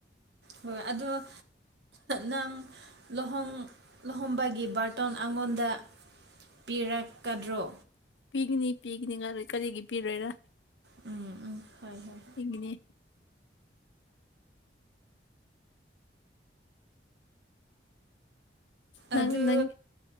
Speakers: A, on the right; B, on the left.
A: ꯍꯣꯏ ꯑꯗꯣ ꯑꯍꯨ ꯅꯪ ꯂꯨꯍꯣꯡ ꯂꯨꯍꯣꯡꯕꯒꯤ ꯕꯥꯔꯇꯣꯟ ꯑꯩꯉꯣꯟꯗ ꯄꯤꯔꯛꯀꯗ꯭ꯔꯣ
B: ꯄꯤꯒꯅꯤ ꯄꯤꯒꯅꯤ ꯉꯔꯣꯢ ꯀꯔꯤꯒꯤ ꯄꯤꯔꯣꯏꯔ
A: ꯎꯝ ꯎꯝ ꯍꯣꯏ ꯍꯣꯏ
B: ꯄꯤꯒꯅꯦ ꯅꯪ
A: ꯑꯗꯨ
B: ꯅꯪ